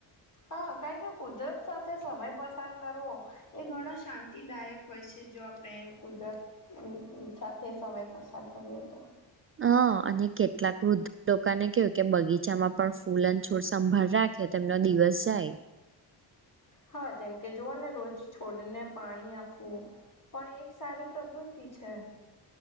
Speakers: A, on the left; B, on the right.
A: હા કારણ કે કુદરત સાથે સમય પસાર કરવો એ ઘણો શાંતિદાયક હોય છે જો આપણે કુદરત સાથે સમય પસાર કર કર તો
B: હ અને કેટલાક વૃદ્ધ લોકોને કેવું કે બગીચામાં પણ ફૂલ છોડ સંભાળ રાખે તેમનો દિવસ જાય
A: હા જેમ કે જોવાને રોજ છોડને પાણી આપવું પણ એક સારી પ્રવૃત્તિ છે